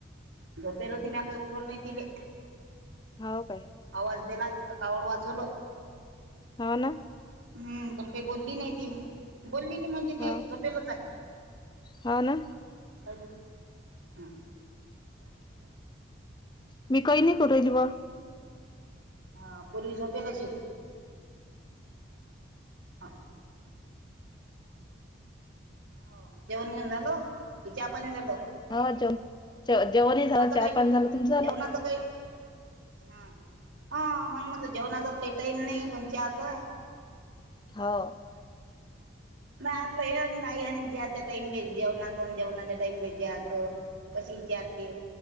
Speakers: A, on the right; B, on the left.
A: झोपेल तीने आता उठवल नाही तिले
B: हाव काय
A: आवाज दिला तच कावड वाजवलं.
B: हा ना
A: हम्म पण काही बोलली नाही ती बोलली नाही म्हणजे
B: हाव
A: ते झोपेलच आहे
B: हाव ना
A: अज हम.
B: मी काही नाही करू राहिली बुवा
A: हा पूर्वी झोपेलशी हा. हो जेवण घेऊन झालो कि चा पाणी झालो.
B: ह जेवन जेवानहीं झालं चाहा
A: काही
B: पाणी झालं तुम झाल.
A: जेवणाचं काही हा हा म्हग म जेवणाचा काही टाईम नाही पण चहाचा
B: हाव
A: नाही आतलं हे आणि नाही ज्यायच्या टाईमला जेवणाच आणि जेवणाच्या टाईमला ज्यायचं कशी विचारते